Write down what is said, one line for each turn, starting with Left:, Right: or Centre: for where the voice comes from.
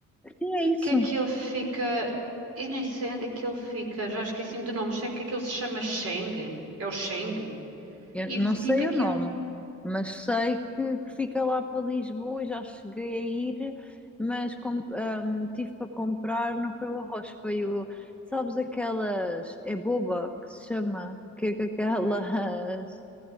Centre: Sim, é isso.
Right: Que aquilo fica. Eu nem sei onde é que ele fica. Já esqueci-me do nome. Sei que aquilo se chama Sheng. É o Sheng.
Centre: Eu
Right: E
Centre: não
Right: tipo
Centre: sei
Right: aquilo.
Centre: o nome, mas sei que, que fica lá para Lisboa e já cheguei a ir, mas com- ahm, tive para comprar, não foi o arroz, foi o, sabes aquelas, é boba que se chama, que é que aquelas,